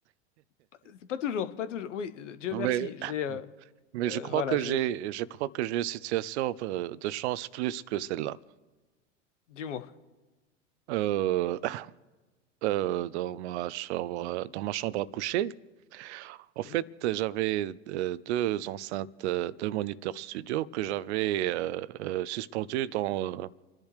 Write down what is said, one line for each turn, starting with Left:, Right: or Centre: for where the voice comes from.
Left: Pas, pas toujours, pas toujours. Oui, euh, Dieu
Right: mais
Left: merci, j'ai... euh,
Right: Mais
Left: euh,
Right: je crois
Left: voilà,
Right: que
Left: j'ai...
Right: j'ai,
Left: j'ai-
Right: je crois que j'ai une situation euh, de chance plus que celle-là.
Left: Dis-moi.
Right: Euh, <laughs> euh, dans ma chambre, dans ma chambre à coucher, en fait,
Left: Hmm
Right: j'avais euh, deux enceintes, euh, deux moniteurs studio que j'avais euh, euh, suspendues dans euh,